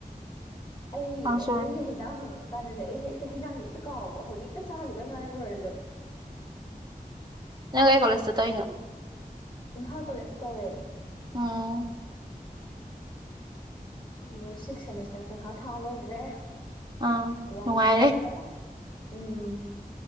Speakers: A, on the left; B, on the right.
A: ꯑꯩꯒꯤꯅꯦ
B: ꯀꯥꯡꯁꯣꯏ
A: ꯃꯤꯅ ꯍꯦꯟꯖꯥꯡ ꯍꯪꯉꯀꯥꯟꯗꯅꯦ ꯑꯩꯖꯦ ꯍꯦꯛꯇ ꯍꯦꯟꯖꯥꯡꯁꯦ ꯍꯦꯛꯇ ꯀꯥꯎꯕ ꯍꯧꯖꯤꯛ ꯇ ꯆꯥꯒꯤꯗ ꯉꯥꯏꯕ ꯑꯣꯏꯔꯖꯨ
B: ꯅꯪ ꯑꯩ ꯀꯣꯂꯦꯖ ꯇ ꯇꯧꯏꯅꯣ
A: ꯏꯝꯐꯥꯜ ꯀꯣꯂꯦꯖ ꯇ ꯇꯧꯋꯦ
B: ꯑꯣ
A: ꯅꯣ ꯁꯤꯛꯁ ꯁꯦꯃꯤꯁꯇꯔ ꯄꯩꯈꯥ ꯊꯥ ꯂꯣꯏꯒ꯭ꯔꯦ
B: ꯑꯥ
A: ꯋꯥꯏ
B: ꯅꯨꯡꯉꯥꯏꯔꯦ
A: ꯁꯪꯈ꯭ꯔꯦ ꯎꯝ